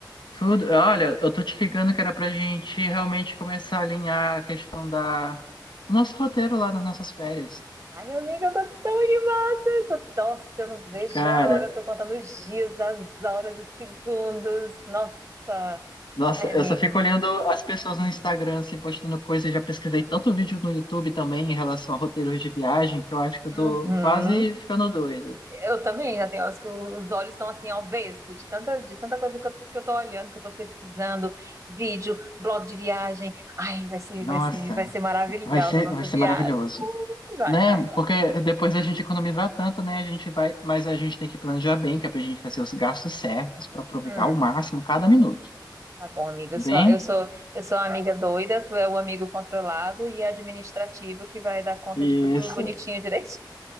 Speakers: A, on the left; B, on the right.
A: Tudo? Olha, eu tô te ligando que era pra gente realmente começar a alinhar a questão da do nosso roteiro lá nas nossas férias.
B: Ai, amiga, eu tô tão animada! Eu Tô, nossa, eu não vejo
A: Cara,
B: a hora, eu tô contando os dias, as horas, os segundos. Nossa!
A: nossa,
B: Ai,
A: eu
B: amigo.
A: só fico olhando as pessoas no Instagram assim, postando coisas. Já pesquisei tanto vídeo no YouTube também em relação a roteiros de viagem que eu acho que eu
B: Uhum.
A: tô quase ficando doido.
B: Eu também, já tem horas que os olhos estão assim ao vesgo, de tanta, de tanta coisa que eu, que eu tô olhando, que eu tô pesquisando, vídeo, blog de viagem. Ai, vai ser,
A: Nossa,
B: vai ser, vai ser maravilhosa
A: vai ser,
B: a nossa
A: vai ser
B: viagem.
A: maravilhoso.
B: Vai,
A: Né?
B: vai, vai.
A: Porque depois a gente economizar tanto, né? A gente vai, mas a gente tem que planejar bem, que é pra gente fazer os gastos certos pra aproveitar
B: Hum.
A: ao máximo cada minuto.
B: Tá bom, amiga.
A: Bem,
B: Eu sou, eu sou, eu sou a amiga doida, tu é o amigo controlado e administrativo que vai dar conta
A: isso,
B: de tudo bonitinho direito.